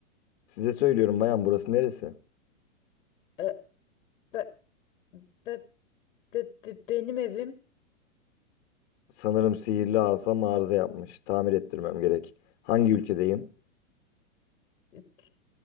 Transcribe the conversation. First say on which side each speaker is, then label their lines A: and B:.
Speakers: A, on the left; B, on the left.
A: Size söylüyorum bayan, burası neresi?
B: e, be, be, be- be- benim evim
A: Sanırım sihirli asam arıza yapmış. Tamir ettirmem gerek. Hangi ülkedeyim?
B: Tü-